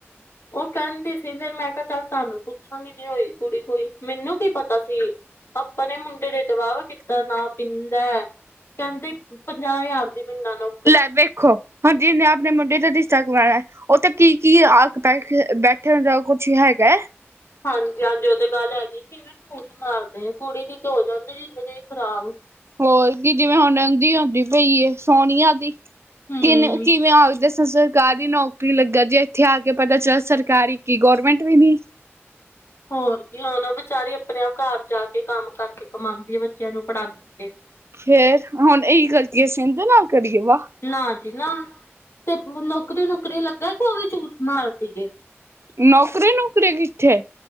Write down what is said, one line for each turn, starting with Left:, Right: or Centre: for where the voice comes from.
Left: ਉਹ ਕਹਿੰਦੀ ਸੀ ਫਿਰ ਮੈਂ ਕਿਹਾ ਚੱਲ ਤੁਹਾਨੂੰ ਪੁੱਛਾਂਗੀ ਜੇ ਹੋਈ ਕੁੜੀ ਕੋਈ। ਮੈਨੂੰ ਕੀ ਪਤਾ ਸੀ ਆਪਾਂ ਨੇ ਮੁੰਡੇ ਨੇ ਤਾਂ ਵਾਵਾ ਕੀਤਾ ਦਾ, ਨਾ ਪੀਂਦਾ। ਕਹਿੰਦੇ ਪੰਜਾਹ ਹਜ਼ਾਰ ਦੇ ਮੀਨਾ ਨੂੰ।
Right: ਲੈ ਵੇਖੋ, ਹਾਂਜੀ ਨੇ ਆਪਣੇ ਮੁੰਡੇ ਦਾ ਰਿਸ਼ਤਾ ਕਰਵਾਐ। ਉੱਥੇ ਕੀ-ਕੀ ਆਖ ਬੈਠ ਬੈਠਣ ਦਾ ਕੁਛ ਹੈਗੈ?
Left: ਹਾਂਜੀ-ਹਾਂਜੀ, ਉਹ ਤੇ ਗੱਲ ਹੈਗੀ। ਕਿਵੇਂ ਝੂਠ ਮਾਰਦੇ ਨੇ, ਕੁੜੀ ਦੀ ਤੇ ਹੋ ਜਾਂਦੀ ਜੇ ਜਿੰਦਗੀ ਖਰਾਬ।
Right: ਹੋਰ ਕੀ, ਜਿਵੇਂ ਹੁਣ ਨੰਦੀ ਹੋਂਦੀ ਪਈ ਏ, ਸੋਨੀਆ ਦੀ।
Left: ਹੂੰ
Right: ਕਿਨੇ ਕਿਵੇਂ ਆਲ ਦੇ ਸ ਸ ਕਾਹਦੀ ਨੌਕਰੀ ਲੱਗਾ, ਜੇ ਇੱਥੇ ਆ ਕੇ ਪਤਾ ਚੱਲ ਸਰਕਾਰੀ ਕੀ ਗੌਰਮੈਂਟ ਵੀ ਨੀ।
Left: ਹੋਰ ਕੀ, ਹੁਣ ਵਿਚਾਰੀ ਆਪਣੇ ਆਪ ਘਰ ਜਾ ਕੇ ਕੰਮ ਕਰਕੇ ਕਮਾਉਂਦੀ ਹੈ ਬੱਚਿਆਂ ਨੂੰ ਪੜ੍ਹਾਉਂਦੀ ਹੈ।
Right: ਫੇਰ ਹੁਣ ਇਹੀ ਗਲਤੀ ਅਸੀ ਐਂਦੇ ਨਾਲ ਕਰੀਏ? ਵਾਹ
Left: ਨਾ ਜੀ ਨਾ, ਤੇ ਨੌਕਰੀ-ਨੁਕਰੀ ਲੱਗਾ ਕੇ ਉਹ ਵੀ ਝੂਠ ਮਾਰਦੀ ਏ।
Right: ਨੌਕਰੀ- ਨੁਕਰੀ ਕਿੱਥੇ।